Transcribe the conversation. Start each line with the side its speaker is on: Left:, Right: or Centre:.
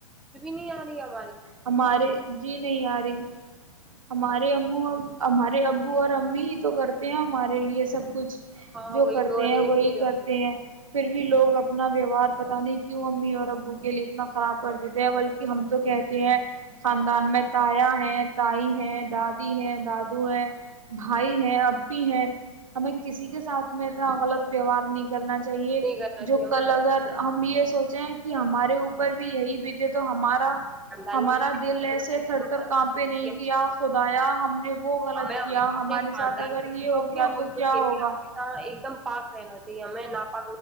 Centre: نی آم
Right: ہمارے جی نہیں آ رہی مارے ام ہمارے ابو اور امی تو کرتے ہیں ہمارے لیے سب کچھ
Centre: ہاں
Right: جو
Centre: وہی
Right: کرتے
Centre: تو ہے
Right: ہیں
Centre: لیکن
Right: وہی
Centre: پھر بھی ہم
Right: کرتے
Centre: کو
Right: ہیں پھر بھی بھی لوگ اپنا ویوہار پتہ نہیں کیوں امی اور ابو کے لیے اتنا خراب کر دیتے ہیں بلکہ ہم تو کہتے ہیں خاندان میں تایا ہیں تائی ہیں دادی ہیں دادو ہیں بھائی ہیں ای ہیں ہمیں کسی کے ساتھ میں اتنا غلط ویوہار نہیں کرنا چاہیے
Centre: نہیں کرنا چاہیے
Right: جو
Centre: ہمیں
Right: کل اگر ہم یہ سوچیں کہ کہ ہمارے اوپر بھی یہی بیجے تو ہمارا
Centre: خاندان
Right: ہمارا
Centre: کے لیے
Right: دل ایسے تھر تھر کاپ پہ نہیں کیا خدایا ہم نے وہ غلط
Centre: اور ہمیں ہمیشہ
Right: کیا
Centre: اپنے
Right: ہمارے
Centre: خاندان
Right: ساتھ اگر
Centre: کے لیے
Right: یہ ہو
Centre: اور اپنے
Right: گیا تو
Centre: ملک
Right: کیا
Centre: کے
Right: ہوگا
Centre: لیے ہمیشہ ایک دم پک رہ ن چیے ہمیں پ